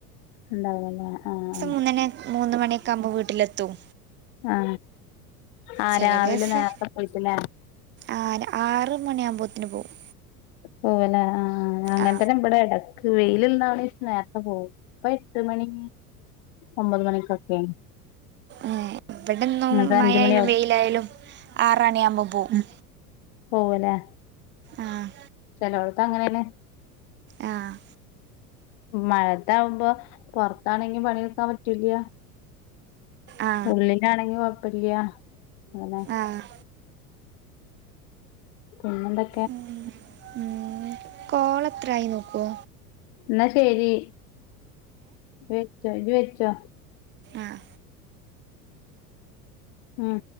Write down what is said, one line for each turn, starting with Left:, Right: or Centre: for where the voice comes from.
Left: ഉണ്ടാവല്ലേ ആഹ്
Right: മൂന്നണി മൂന്ന് മണിയൊക്കെ ആകുമ്പോൾ വീട്ടിലെത്തും
Left: ആഹ് ആ ആഹ്
Right: ചില
Left: രാവിലെ
Right: ദിവസം
Left: നേരത്തെ പോയിട്ട്ല്ലേ
Right: ആ ആറ് മണിയ ആകുമ്പോഴത്തിന് പോകും
Left: പോവല്ലേ. ആ ആഹ്. അങ്ങൻ
Right: ആ
Left: തന്നെ ഇബടെ എടക്ക് വെയില്ള്ളാണ് നേർത്തെ പോവും. ഇപ്പയ് എട്ട് മണി ഒമ്പത് മണിക്കൊക്കെ
Right: ഏ, വ്ടെന്നും
Left: എന്നിട്ട് അഞ്ച്
Right: മഴയാലും
Left: മണിയാവും
Right: വെയിലായാലും ആറണി ആവുമ്പം പോവും
Left: പോവൂലേ
Right: ആഹ്
Left: ചെലവടത്ത് അങ്ങനെ ആണ്
Right: ആഹ്
Left: മഴത്ത ആവുമ്പോ പൊറത്താണെങ്കി പണിയെടുക്കാൻ പറ്റുല്യ
Right: ആ
Left: ഉള്ളിലാണെങ്കി കൊഴപ്പല്ല്യ. ങ്ങനെ
Right: ആഹ്
Left: പിന്നന്ത
Right: ഉ ഉ കോള എത്രായി നോക്കൊ
Left: എന്നാ ശരി വെച്ചോ ഇജ വെച്ചോ
Right: ആഹ്
Left: ഉം